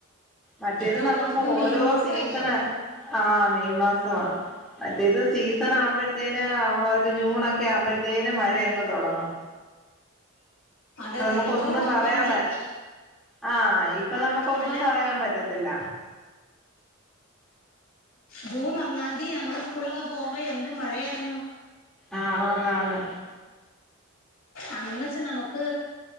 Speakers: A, in the centre; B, on the left.
A: മറ്റേത്
B: ഇപ്പൊ
A: നമുക്ക് ഓരോ
B: മെയ് മാസം
A: സീസണ്
B: അല്ലേ
A: ആഹ് മെയ് മാസമാ മറ്റേത് സീസൺ ആവുമ്പോഴത്തേന് ഒരു ജൂൺക്കെ ആവുമ്പോഴത്തേന് മഴയങ്ങ് തുടങ്ങും
B: അതെ അതെ
A: നമുക്കൊന്നും
B: അതെ ജൂൺ ഒന്നാം
A: പറയാൻ
B: തീയതി
A: പ ആ ഇപ്പൊ നമുക്കൊന്നും
B: അല്ല
A: പറയാൻ പറ്റത്തില്ല
B: ജൂൺ ഒന്നാം തീയതി നമ്മള് സ്കൂളൊക്കെ പോകുമ്പോ എന്ത് മഴയായിരുന്നു
A: ആഹ് ആന്ന് ആന്ന്
B: അന്ന് വച്ച നമുക്ക്